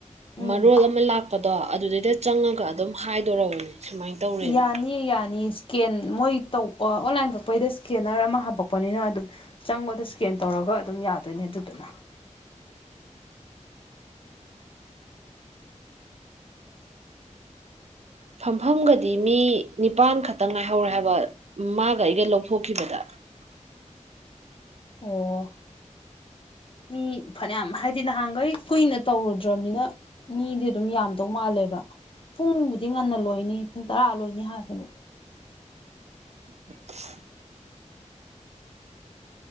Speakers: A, on the left; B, on the right.
A: ꯎꯝ
B: ꯃꯔꯣꯜ ꯑꯃꯥ ꯂꯥꯛꯄꯗꯣ ꯑꯗꯨꯗꯩꯗ ꯆꯪꯉꯒ ꯑꯗꯨꯝ ꯍꯥꯏꯗꯣꯔꯕꯅꯦ ꯁꯨꯃꯥꯏꯅ ꯇꯧꯔꯦꯅ
A: ꯌꯥꯅꯤꯌꯦ ꯌꯥꯅꯤꯌꯦ ꯏꯁꯀꯦꯟ ꯃꯣꯏ ꯇꯧ ꯑꯣꯟꯂꯥꯏꯟ ꯀꯛꯄꯩꯗ ꯏꯁꯀꯦꯟꯅꯔ ꯑꯃꯥ ꯍꯥꯞꯄꯛꯄꯅꯤꯅ ꯑꯗꯨꯝ ꯆꯪꯕꯗ ꯏꯁꯀꯦꯟ ꯇꯧꯔꯒ ꯑꯗꯨꯝ ꯌꯥꯗꯣꯏꯅꯦ ꯑꯗꯨꯗꯨꯅ
B: ꯐꯝꯐꯝꯒꯗꯤ ꯃꯤ ꯅꯤꯄꯥꯟ ꯈꯛꯇꯪ ꯉꯥꯏꯍꯧꯔꯦ ꯍꯥꯏꯕ ꯃꯥꯒ ꯑꯩꯒ ꯂꯧꯊꯣꯛꯈꯤꯕꯗ
A: ꯑꯣ ꯃꯤ ꯐꯅꯌꯥꯝ ꯍꯥꯏꯗꯤ ꯅꯍꯥꯟꯈꯩ ꯀꯨꯏꯅ ꯇꯧꯔꯨꯗ꯭ꯔꯕꯅꯤꯅ ꯃꯤꯗꯤ ꯑꯗꯨꯝ ꯌꯥꯝꯗꯧ ꯃꯥꯜꯂꯦꯕ ꯄꯨꯡꯕꯨꯗꯤ ꯉꯟꯅ ꯂꯣꯏꯅꯤ ꯄꯨꯡ ꯇꯔꯥ ꯂꯣꯏꯅꯤ ꯍꯥꯏꯕꯅꯦ
B: <unintelligible>